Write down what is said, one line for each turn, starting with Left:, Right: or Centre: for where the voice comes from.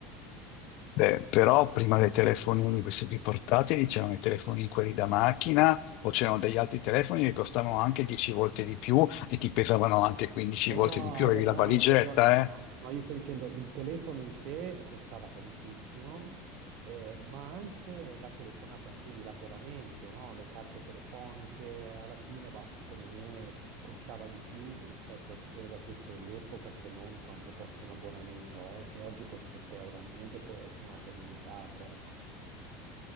Left: Beh, però prima dei telefonini, questi più portatili, c'erano i telefonini quelli da macchina o c'erano degli altri telefoni che costavano anche 10 volte di più e ti pesavano anche 15
Right: No,
Left: volte
Right: no, no,
Left: di più,
Right: hai
Left: avevi
Right: ragione,
Left: la valigetta,
Right: hai ragione. No,
Left: eh?
Right: no, io sto dicendo il telefono in sé costava tantissimo, eh, ma anche la telefonata, quindi l'abbonamento, no? Le carte telefoniche, alla fine, bah, secondo me costava di più rispetto al potere d'acquisto dell'epoca che non quanto costa un abbonamento oggi. Oggi con 7 euro al mese puoi chiamate illimitate, ecco.